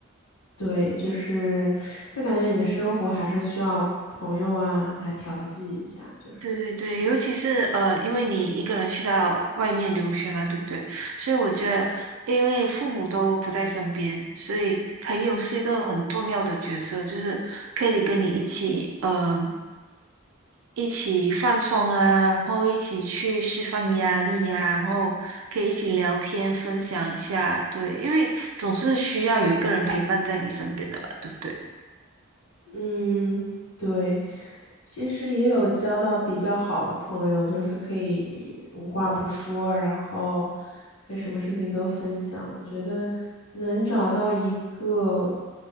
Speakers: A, on the left (about 75°); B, on the right (about 80°).
A: 对，就是就感觉你的生活还是需要朋友啊来调剂一下，就是
B: 对对对，尤其是呃，因为你一个人去到外面留学嘛，对不对？所以我觉得，因为父母都不在身边，所以朋友是一个很重要的角色，就是可以跟你一起，呃。一起放松啊，然后一起去释放压力呀、然后可以一起聊天，分享一下，对，因为总是需要有一个人陪伴在你身边的吧，对不对？
A: 嗯，对，其实也有交到比较好的朋友，就是可以无话不说，然后可以什么事情都分享。我觉得能找到一个